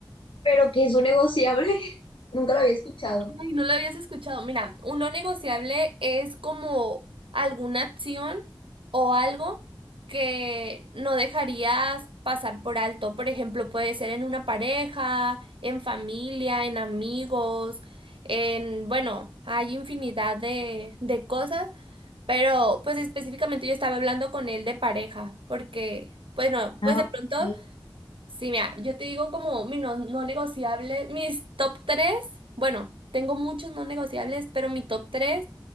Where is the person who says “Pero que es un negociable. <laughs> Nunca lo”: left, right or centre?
Left